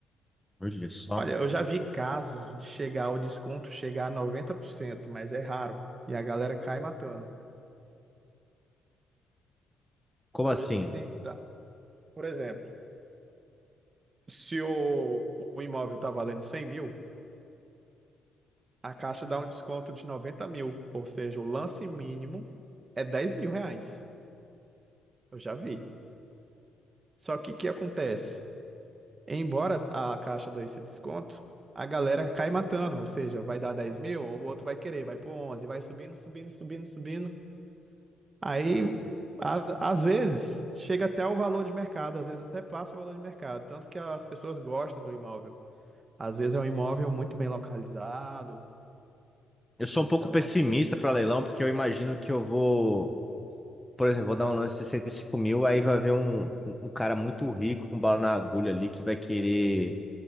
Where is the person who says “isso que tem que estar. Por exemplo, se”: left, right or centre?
Right